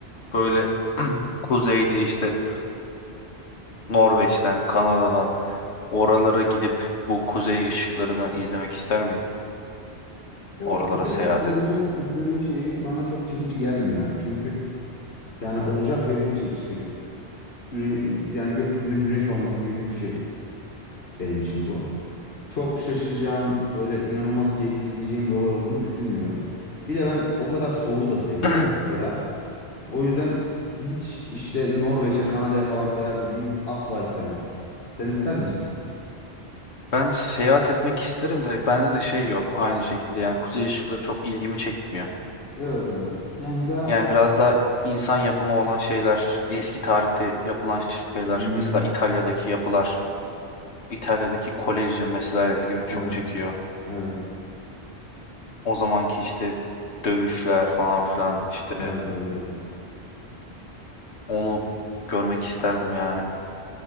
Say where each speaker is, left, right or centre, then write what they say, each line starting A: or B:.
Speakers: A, on the left; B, on the left.
A: Böyle <clears throat> kuzeyde işte Norveç'ten, Kanada'dan oralara gidip bu kuzey ışıklarını izlemek ister miydin?
B: Ya
A: Oralara
B: bak kuzey
A: seyahat
B: ışıklarını
A: edip.
B: izleme şeyi bana çok çekici gelmiyor abi. Çünkü yani olacak ve bitecek işte. Güne yani gökyüzünde güneş olması gibi bir şey benim için bu. Çok şaşıracağım, böyle inanılmaz keyifli izleyeceğim bir olay olduğunu düşünmüyorum. Bir de ben o kadar soğuğu da sevmiyorum
A: <clears throat>
B: mesela. O yüzden hiç işte Norveç'e, Kanada'ya falan seyahat edeyim asla istemem. Sen ister misin?
A: Ben seyahat etmek isterim de bende de şey yok aynı şekilde yani kuzey ışıkları çok ilgimi çekmiyor.
B: Evet abi. Yani daha
A: Yani biraz daha insan yapımı olan şeyler, eski tarihte yapılan şeyler,
B: Hı hı.
A: mesela İtalya'daki yapılar, İtalya'daki Kolezyum mesela ilgimi çok
B: Evet.
A: çekiyor.
B: Evet.
A: O zamanki işte dövüşler falan filan işte
B: Evet, evet, evet.
A: onu görmek isterdim yani.